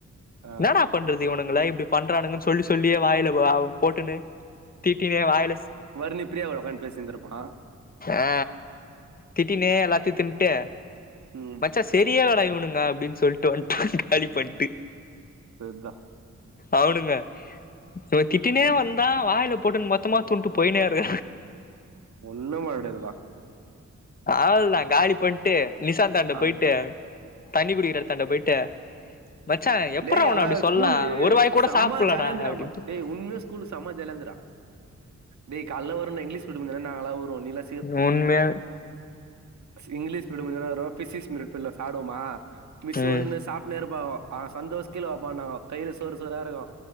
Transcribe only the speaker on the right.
ஆ
வர்ணி பிரியாவ உக்க்காந்து பேசியிருந்திருப்பான்
ம்
செர்தான்
ஒண்ணு பண்ண முடியாது வா
ஆ
டேய்
ஆனா
ஸ்கூல்லு
செம
ஜாலியாந்திர
டே அம்ம டே உண்மை சொ ஸ்கூலு செம ஜாலிந்திரா டேய் கால்ல வருனே இங்கிலீஷ் பீர்டு முடிஞ்ச உனே நாங்கல்லா ஓடுவோம் நீதா
ஃபஸ்ட் இங்லீஸ் பீருடு முடிஞ்சோன வரு பிசிக்ஸ் பீரூ பீருடுல சாப்டுவோமா மிஸ்ஸு
வந்துனு சாப்புட்னே இருப்பாங்கோ ஆ சந்சோஷ் கீழ வப்பாானாங்க கையில சோறு சோற இருக்கும்